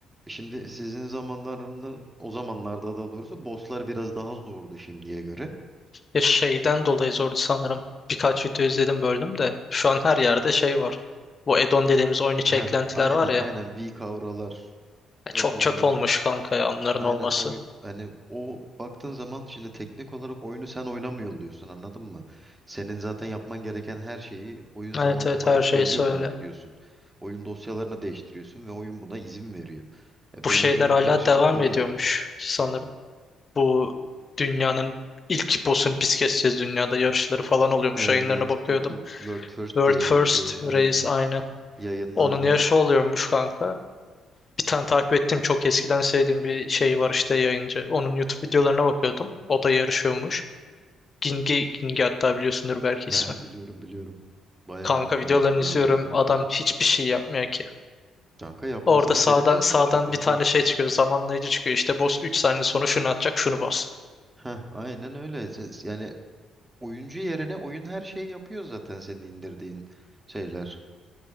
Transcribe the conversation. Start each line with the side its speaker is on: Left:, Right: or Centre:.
Right: E Şimdi sizin zamanlarında o zamanlarda daha doğrusu bosslar biraz daha zordu şimdiye göre.
Left: Ya şeyden dolayı zordu sanırım. Birkaç video izledim böldüm de. Şu an her yerde şey var. Bu add-on dediğimiz oyun içi
Right: Heh,
Left: eklentiler
Right: aynen
Left: var ya.
Right: aynen V kavralar,
Left: Ya
Right: edonlar
Left: Çok çöp olmuş kanka ya onların
Right: Aynen
Left: olması.
Right: oy hani o baktığın zaman şimdi teknik olarak oyunu sen oynamıyor oluyorsun anladın mı? Senin zaten yapman gereken her şeyi oyun sana
Left: Evet
Right: otomatik
Left: evet her şey
Right: söylüyor
Left: söyle.
Right: bunu yüklüyorsun. Oyun dosyalarını değiştiriyorsun ve oyun buna izin veriyor. E
Left: Bu
Right: böylece
Left: şeyler
Right: ne oluyor?
Left: hala
Right: Her şey
Left: devam
Right: çok kolay
Left: ediyormuş
Right: oluyor.
Left: sanırım. Bu dünyanın ilk boss'un biz keseceğiz dünyada yarışları falan oluyormuş.
Right: Evet
Left: Yayınlarına
Right: evet
Left: bakıyordum.
Right: W- w- World First
Left: World
Right: diye geçiyor
Left: First
Right: aynen.
Left: Race aynen.
Right: Yayınlarda
Left: Onun yarışı oluyormuş kanka. Bir tane takip ettiğim çok eskiden sevdiğim bir şey var işte yayıncı. Onun YouTube videolarına bakıyordum. O da yarışıyormuş. Gingi, Gingi hatta biliyorsundur belki
Right: he
Left: ismi.
Right: biliyorum biliyorum. Bayağı
Left: Kanka
Right: ünlü
Left: videolarını
Right: oyunculardan
Left: izliyorum.
Right: o da.
Left: Adam hiçbir şey yapmıyor ki.
Right: Kanka yapmasına
Left: Orada sağdan
Right: gerek olmuyor
Left: sağdan
Right: çünkü zaten.
Left: bir tane şey çıkıyor. Zamanlayıcı çıkıyor. İşte boss 3 saniye sonra şunu atacak şunu bas.
Right: Heh, aynen öyle. Siz- Yani Oyuncu yerine oyun her şeyi yapıyor zaten senin indirdiğin şeyler.